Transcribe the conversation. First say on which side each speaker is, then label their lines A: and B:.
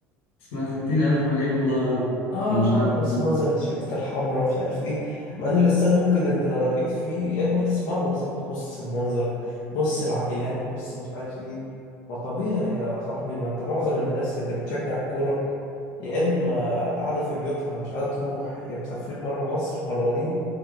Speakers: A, on the left; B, on the left.
A: اسمها ستين ألف مليون مدرج
B: اه
A: ومش
B: اقول
A: عارف
B: لك بص
A: مين
B: منظر التيشيرتات الحمراء ومش عارف ايه مع ان الاستاد ممكن انت لو رميت فيه ابره تسمعه بس يقول لك بص المنظر بص العائلات بص مش عارف ايه ما طبيعي يا صاحبي ما انت معظم الناس اللي بتشجع الكوره يا اما قاعده في بيوتها مش قاعده تروح يا مسافرين بره مصر هربانين